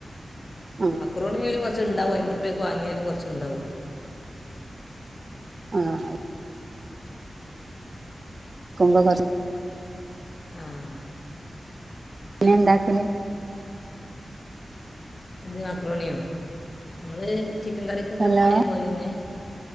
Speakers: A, on the right; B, on the left.
A: ആഹ്
B: മക്രോണിയ്ന് കുറച്ണ്ടാവും അൻമ്പർപ്യക് വാങ്ങിയാലും കുറച്ണ്ടാവും
A: ആഹ് ക്കുമ്പോ കൊ
B: ആഹ്
A: ങ്‌നെണ്ടാകാല്
B: എന്ത് മാക്രോണിയോ നമ്മള് ചിക്കൻ കറിക്ക്കെ
A: ഹലോ
B: ഇട്ണാതിരി പോലെന്നെ